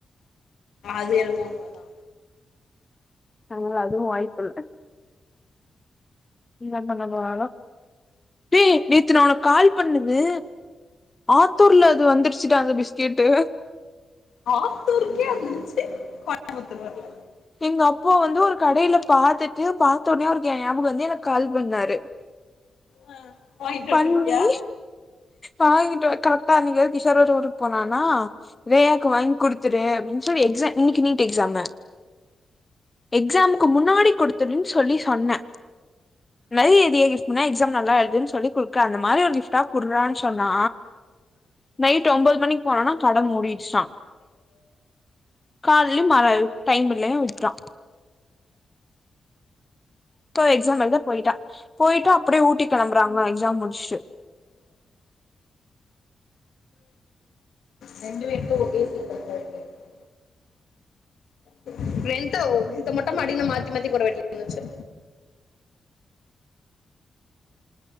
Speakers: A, on the left; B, on the left.
A: அது என்னவோ உண்மை தா
B: நல்ல வேல அதுவு வாய்ப்பு இல்ல என்ன பண்ண போறு ஏ நேத்த ந உன கால் பண்ணுது ஆத்தூர்ல அது வந்துருச்சுட்டா அந்த பிஸ்கட்டு
A: ஆத்தூருக்கே வந்துருச்சு கோயம்புத்தூருக்கு வரல
B: ஒங்க அப்பா வந்து ஒரு கடையில பாத்துட்டு பார்த்த உடனே ஒரு ஞாபக்கு வந்து எனக்கு கால் பண்ணாரு
A: ஆ வாங்கிட்டு வர
B: பண்ணி
A: சொல்ட்டியா
B: வாங்கிட்டு வ கரெக்ட்டா இன்னைக் கிஷோரோட ஊருக்கு போனானா ரேயாக்கு வாங்கி குடுத்துரு அப்படின்னு சொல்லி எக்ஸா இன்னைக்கு நீட் எக்ஸாமு எக்ஸாமுக்கு முன்னாடி கொடுத்துருனு சொல்லி சொன்னே நறையன்ன எக்ஸாம் நல்லாஎழுதுன்னு சொல்லி குடுக்க அந்த மாரி ஒரு கிஃப்ட்டா குடுறான்னு சொன்னா நைட் ஒன்பது மணிக்கு போனோம்னா கட மூடிடுச்சா காலையு மழ டைம் இல்லையா விட்றா சோ எக்ஸாம் எழுத போயிட்டா போயிட்டா அப்படியே ஊட்டி கிளம்புறாங்க எக்ஸாம் முடிச்சுடு
A: ரெண்டு வேகோ ஒரே <unintelligible> <unintelligible> ன்டோ இத மொட்ட மாட்டில மாத்தி மாத்தி குட வெட்டி இருந்துச்சு